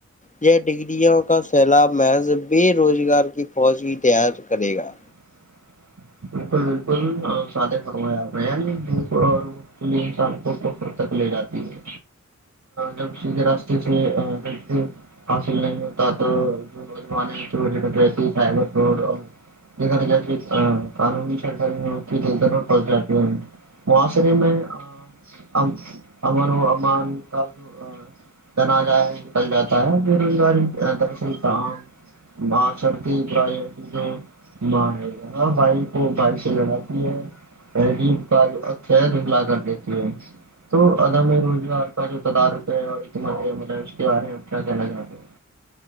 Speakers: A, on the left; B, on the right.
A: یہ ڈگرریوں کا سیلاب محض بے روزگار کی فوج بھی تیار کرے گا
B: ج بالکل بالکل سادے فرو رہ ہیں چ لیے انسان کو توکر تک لے جاتی ہے جب سیدھے راستے سے دیکھتے حصل نہیں ہوتا تو جو نوجوان چور رہتی سائبر چور اور <unintelligible> قانونی سرکاری ن دلت میں پڑ جاتی ہے معاصرے میں <unintelligible> تنا آجائے نکل جاتا ہے بے روزگاری دراصل کہاں ماں چلتی برائی ہوتی تواں ہے ہاں بھائی کو بھائیک سے لڑاتی ہے تذیب کا خلا کر دیتی ہے تو عدم روزگار کا جو تدارک ہے اور اعتماد عمل ہے اس کے بارے میں اپ کیا کہنا چاہتے ہیں